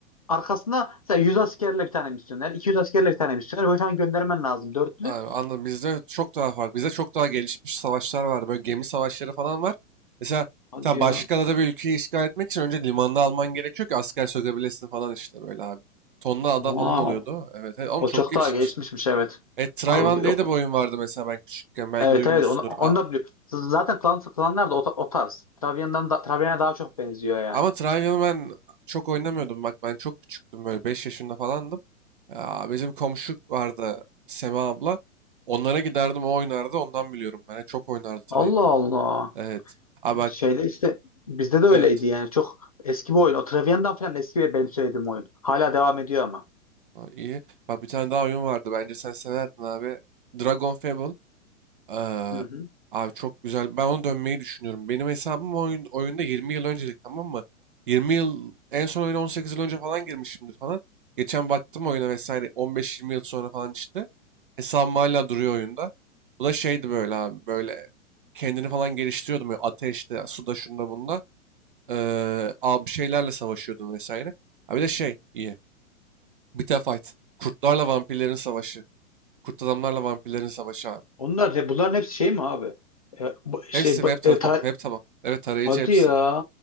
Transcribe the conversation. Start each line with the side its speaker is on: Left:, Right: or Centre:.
Left: arkasına mesela 100 askerle bir tane misyoner, 200 askerle bir tane misyoner. Böyle falan göndermen lazım dörtlü.
Right: Abi, anladım. Bizde çok daha farklı. Bizde çok daha gelişmiş savaşlar var. Böyle gemi savaşları falan var. Mesela
Left: Hadi
Right: sen
Left: ya.
Right: başka da bir ülkeyi işgal etmek için önce limanda alman gerekiyor ki asker sökebilesin falan işte böyle abi. tonla ada
Left: Wow.
Right: falan oluyordu. Evet. evet. Ama
Left: O
Right: çok
Left: çok
Right: gelişmişti.
Left: daha gelişmişmiş evet.
Right: E, Trayvan
Left: Abi
Right: diye
Left: yok.
Right: de bir oyun vardı mesela ben küçükken. Belki
Left: Evet
Right: duymuşsundur.
Left: evet onu, onu
Right: A-
Left: da biliyorum. Zaten klan, klanlar da o, ta- o tarz. Travian'dan da, Travian'a daha çok benziyor yani.
Right: Ama Trivial'ı ben çok oynamıyordum. Bak ben çok küçüktüm böyle 5 yaşında falandım. Ya, bizim komşu vardı Sema abla. Onlara giderdim o oynardı ondan biliyorum. Ben çok oynardı Trivial'ı.
Left: Allah Allah.
Right: Evet. Aa bak
Left: Şeyle işte bizde de öyleydi
Right: evet.
Left: yani. Çok eski bir oyun. O Travian'dan falan eski ve benim söylediğim oyun. Hala devam ediyor ama.
Right: Aa, iyi. Bak bir tane daha oyun vardı bence sen severdin abi. Dragon Fable. Eee,
Left: Hı hı.
Right: abi çok güzel. Ben ona dönmeyi düşünüyorum. Benim hesabım oyun, oyunda 20 yıl öncelik tamam mı? 20 yıl en son oyuna 18 yıl önce falan girmişimdir falan. Geçen baktım oyuna vesaire 15-20 yıl sonra falan çıktı. Hesabım hala duruyor oyunda. Bu da şeydi böyle abi böyle kendini falan geliştiriyordum. Böyle ateşte, suda, şunda, bunda. Eee abi bir şeylerle savaşıyordum vesaire. Ha bir de şey iyi. Bita Fight. Kurtlarla vampirlerin savaşı. Kurt adamlarla vampirlerin savaşı abi.
Left: Onlar he- bunların hepsi şey mi abi? E, bu- şey
Right: Hepsi
Left: bu-
Right: web tapa,
Left: e, tara-
Right: web taba. Evet tarayıcı
Left: hadi
Right: hepsi.
Left: ya.